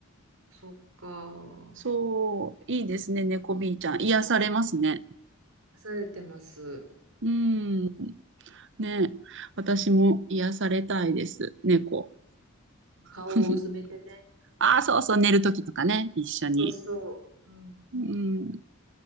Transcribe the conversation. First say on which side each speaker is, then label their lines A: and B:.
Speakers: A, on the right (about 85°); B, on the right (about 60°).
A: そっか。
B: そう。いいですね、猫 B ちゃん。癒されますね。
A: 出されてます。
B: うん。ね。私も癒されたいです、猫。
A: 顔をうずめてね。
B: <laughs> ああ、そうそう、寝るときとかね、一緒に。
A: そうそう。うん、
B: うん。